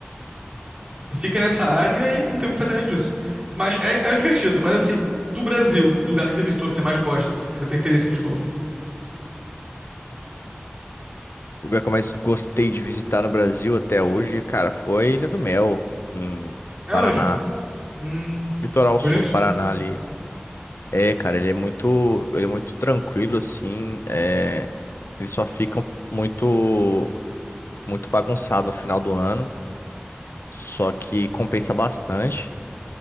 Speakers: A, on the right (about 25°); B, on the left (about 80°).
A: <laughs> Fica nessa área e não tem o que fazer além disso. Mas é, é divertido, mas assim, do Brasil, o lugar que você visitou que você mais gosta, assim, que você tem interesse em ir de novo.
B: o lugar que eu mais gostei de visitar no Brasil até hoje, cara, foi Ilha do Mel, em
A: É
B: Paraná.
A: onde? Hum.
B: Litoral
A: É bonito?
B: sul do Paraná ali. É, cara, ele é muito, ele é muito tranquilo, assim. É, ele só fica muito, muito bagunçado no final do ano. Só que compensa bastante